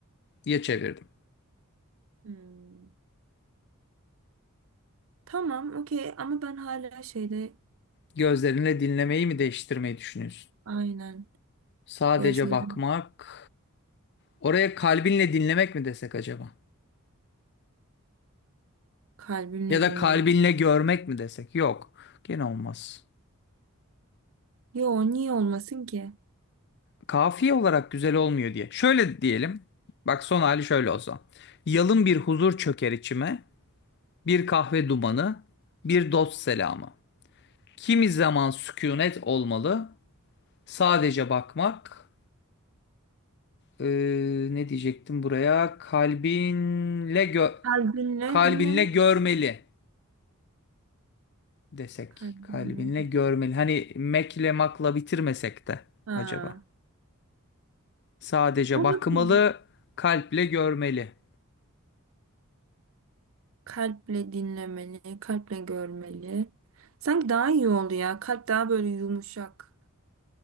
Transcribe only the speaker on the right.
Hmm. Tamam, okey ama ben hala şeyde
aynen
gözler
kalbimle
dinleme.
Yo niye olmasın ki?
Kalbinle
dinleme.
Kalbinle
dinleme.
Ha.
Olabilir.
Kalple dinlemeli, kalple görmeli. Sanki daha iyi oldu ya. Kalp daha böyle yumuşak,